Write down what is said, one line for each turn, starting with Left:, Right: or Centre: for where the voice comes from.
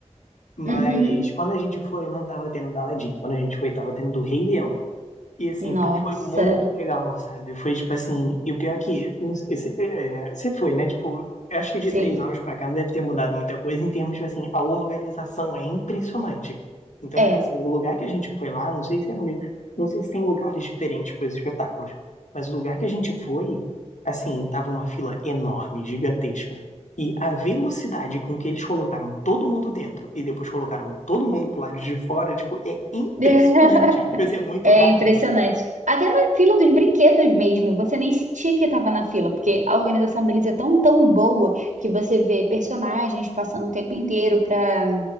Left: Mas
Right: Uhum.
Left: quando a gente foi, não tava tendo da Aladdin. Quando a gente foi, tava tendo do Rei Leão. E assim,
Right: Nossa,
Left: pô, foi muito legal, sabe? Foi tipo assim, e o pior é que não sei, você é, é, você foi, né? Tipo, eu acho que
Right: sim.
Left: de três anos pra cá não deve ter mudado muita coisa em termos, tipo assim, a organização é impressionante. Então,
Right: É.
Left: tipo assim, o lugar que a gente foi lá, não sei se é o mesmo, não sei se tem lugares diferentes para os espetáculos, mas o lugar que a gente foi, assim, tava uma fila enorme, gigantesca. E a velocidade com que eles colocaram todo mundo dentro e depois colocaram todo mundo pro lado de fora, tipo, é impressionante.
Right: <laughs>
Left: Tipo assim, é muito
Right: É
Left: rápido.
Right: impressionante. Até na fila dos brinquedos mesmo, você nem sentia que estava na fila, porque a organização deles é tão, tão boa que você vê personagens passando o tempo inteiro para